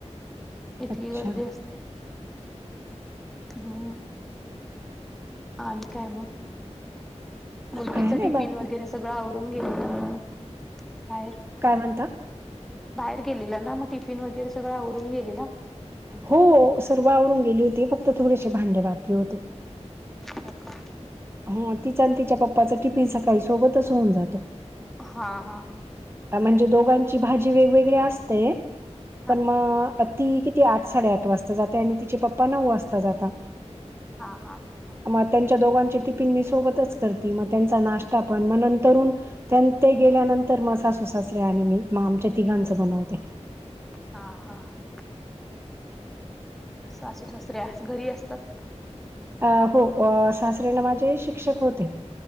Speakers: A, in the centre; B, on the right.
A: इतकी
B: अच्छा
A: गर्दी असत्या. हो, आणि काय मग,, मुलगीच
B: काही नाही
A: टिफिन
B: बाकी
A: वगैरेऽ सगळं आवरून गेलेलो मी,, बाहेर.
B: काय म्हणता?
A: बाहेर गेलेला ना, मग टिफिन वगैरे सगळं आवरून गेलेला.?
B: हो, सर्व आवरून गेली होती, फक्त थोडेसे भांडे बाकी होते.
A: हो का?
B: हा,, तिचा आणि तिच्या पप्पाचा टिफिन सकाळी सोबतच होऊन जातो.
A: हा, हा हा,,
B: आ, म्हणजे दोघांची भाजी वेगवेगळी असते,
A: हा
B: पण मगऽ ती किती आठ साडेआठ वाजता जाते, आणि तिचे पप्पा नऊ वाजता जातात.
A: हा, हा, हा हा,
B: मग त्यांच्या दोघांची टिपीन मी सोबतच करती, मग त्यांऽ त नाश्ता पण म नंतरुण त्य-ते गेल्यानंतर सा स सासरे आणि मी म आमच्या तिघांचं बनवते
A: हा हा ह सासू सासरे अस घरी असतत
B: अ हो सासरेन माझे शिक्षक होते